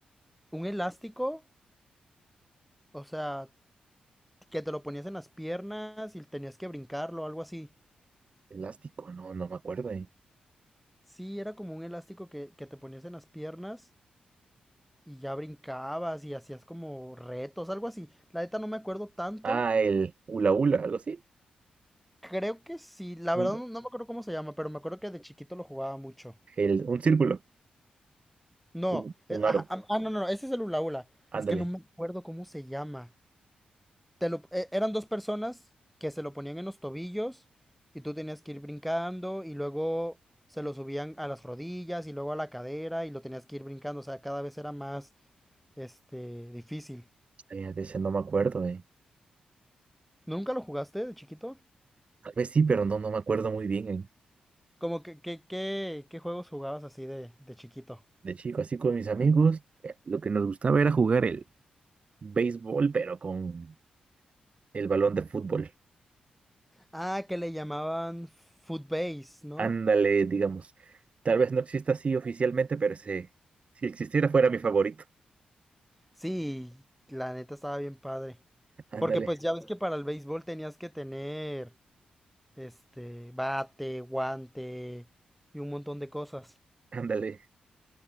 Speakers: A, in the centre; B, on the right.
A: un elástico, o sea, que te lo ponías en las piernas y tenías que brincarlo, algo así.
B: Elástico, no, no me acuerdo. eh.
A: Sí, era como un elástico que, que te ponías en las piernas y ya brincabas y hacías como retos, algo así. La neta no me acuerdo tanto.
B: Ah, el hula hula, algo así.
A: Creo que sí, la
B: Un,
A: verdad no no me acuerdo cómo se llama, pero me acuerdo que de chiquito lo jugaba mucho.
B: el, un círculo,
A: No,
B: un,
A: eh,
B: un
A: ajá,
B: aro.
A: am- ah, no, no, no, ese es el hula hula.
B: Ándale.
A: Es que no me acuerdo cómo se llama. Te lo, e- eran dos personas que se lo ponían en los tobillos y tú tenías que ir brincando y luego se lo subían a las rodillas y luego a la cadera y lo tenías que ir brincando. O sea, cada vez era más, este, difícil.
B: Eh, de ese no me acuerdo, eh.
A: ¿No, ¿Nunca lo jugaste de chiquito?
B: Tal vez sí, pero no, no me acuerdo muy bien, eh.
A: Como que, que- que- ¿qué juegos jugabas así de, de chiquito?
B: De chico, así con mis amigos, eh, lo que nos gustaba era jugar el béisbol, pero con el balón de fútbol.
A: Ah, que le llamaban Footbase, ¿no?
B: Ándale, digamos. Tal vez no exista así oficialmente, pero se- si existiera fuera mi favorito.
A: Sí, la neta estaba bien padre.
B: Ándale,
A: Porque pues ya ves que para el béisbol tenías que tener este bate, guante y un montón de cosas.
B: ándale.